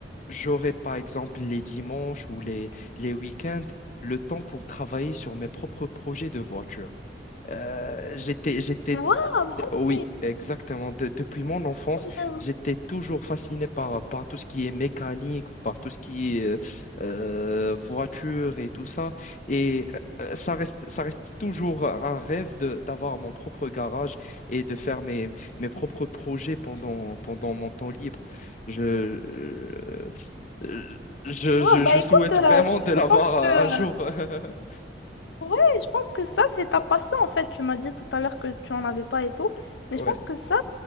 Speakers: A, on the left; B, on the left.
A: j'aurai par exemple les dimanches ou les, les week-ends le temps pour travailler sur mes propres projets de voiture. Euh, j'étais, j'étais
B: waouh, ok,
A: oui, exactement. De- depuis mon enfance,
B: bien.
A: j'étais toujours fasciné par, par tout ce qui est mécanique, par tout ce qui est euh, euh, voiture et tout ça. Et euh, ça reste, ça reste toujours un rêve de, d'avoir mon propre garage et de faire mes, mes propres projets pendant, pendant mon temps libre. Je, euh, euh, je,
B: Ouais,
A: je,
B: bah
A: je
B: écoute,
A: souhaite
B: euh,
A: vraiment de
B: je,
A: l'avoir
B: je pense
A: euh,
B: que euh,
A: un jour. <laughs>
B: ouais, je pense que ça c'est ta passion en fait. Tu m'as dit tout à l'heure que tu en avais pas et tout, mais
A: Ouais,
B: je pense que ça